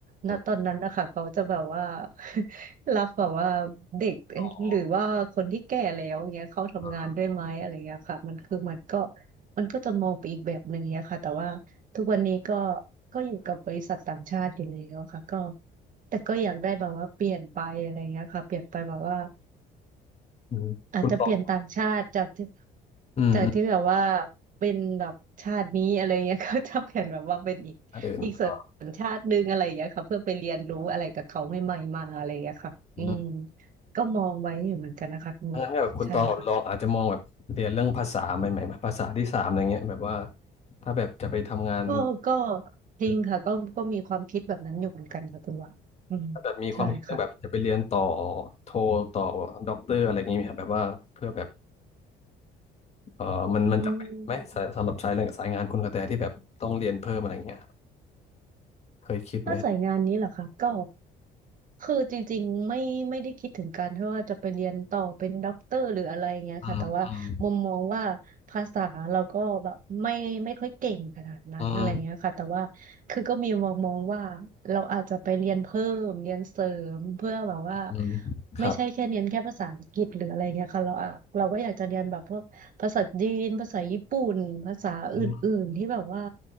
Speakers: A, on the left; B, on the right.
A: อม
B: ณตอนนั้นนะคะเขาจะแบบว่า <laughs> รับแบบว่าเด็กเอ๊ะหรือว่าคนที่แก่แล้วเงี้ยเข้าทำงานด้วยไหมอะไรเงี้ยค่ะมันคือมันก็
A: ออ
B: มันก็จะมองไปอีกแบบหนึ่งเงี้ยค่ะแต่ว่าทุกวันนี้ก็ก็อยู่กับบริษัทต่างชาติอยู่แล้วค่ะก็แต่ก็อยากได้แบบว่าเปลี่ยนไปอะไรเงี้ยค่ะเปลี่ยนไปแบบว่า
A: อืมคุณตอง
B: อาจจะเปลี่ยนต่างชาติจากที่
A: อืมอืม
B: จากที่แบบว่าเป็นแบบชาตินี้อะไรเงี้ย <laughs> ก็จะเปลี่ยนแบบว่าเป็นอีกอีกสัญชาติหนึงอะไรอย่างเงี้ยค่ะเพื่อไปเรียนรู้อะไรกับเขาใหม่ๆมาอะไรอย่างเงี้ยค่ะอืม
A: อันอื่นอ๋ออืม
B: ก็มองไว้อยู่เหมือนกันนะคะคุณหวานใช่ค่ะ
A: งั้นก็แบบคุณตองแบบลองอาจจะมองแบบเรียนเรื่องภาษาใหม่ๆแบบภาษาที่สามอะไรเงี้ยแบบว่าถ้าแบบจะไปทำงาน
B: ก็ก็จริงค่ะก็ก็มีความคิดแบบนั้นอยู่เหมือนกันค่ะคุณหวานอืมใช่ค่ะ
A: เออถ้าแบบมีความคิดเรื่องแบบจะไปเรียนต่อโทต่อด็อกเตอร์อะไรอย่างงี้ไหมครับแบบว่าเพื่อแบบเออมันมันจะเป็นไหมสายสำหรับสายเรื่องสายงานคุณกระแตที่แบบต้องเรียนเพิ่มอะไรเงี้ย
B: อืม
A: เคยคิดไหม
B: ถ้าสายงานนี้เหรอคะก็คือจริงๆไม่ไม่ได้คิดถึงการที่ว่าจะไปเรียนต่อเป็นด็อกเตอร์หรืออะไรอย่างเงี้ยค่ะแต่ว่ามุมมองว่าภาษาเราก็แบบไม่ไม่ค่อยเก่งขนาดนั้นอะไรอย่างเงี้ยค่ะแต่ว่าคือก็มีมองมองว่าเราอาจจะไปเรียนเพิ่มเรียนเสริมเพื่อแบบว่า
A: อืมอืมอืมอืมครับ
B: ไม่ใช่แค่เรียนแค่ภาษาอังกฤษหรืออะไรเงี้ยค่ะเราอะเราก็อยากจะเรียนแบบพวกภาษาจีนภาษาญี่ปุ่นภาษาอื่นๆที่แบบว่า
A: อืม